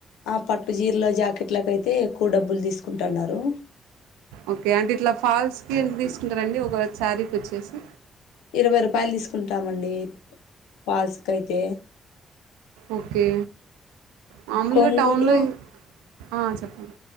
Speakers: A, on the left; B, on the right.
A: ఆ పట్టు జీరల జాకెట్ల కైతే ఎక్కువ డబ్బులు తీసుకుంటున్నారు
B: ఓకే అంటే ఇట్ల ఫాల్స్ కి ఎంత తీసుకుంటారండి ఒక సారీ కోచ్చేసి
A: ఇరవై రూపాయలు తీసుకుంటామండి పాల్స్ కైతే
B: ఒకే మామలుగా
A: కొంగులు
B: టౌన్లో ఆ చెప్పండి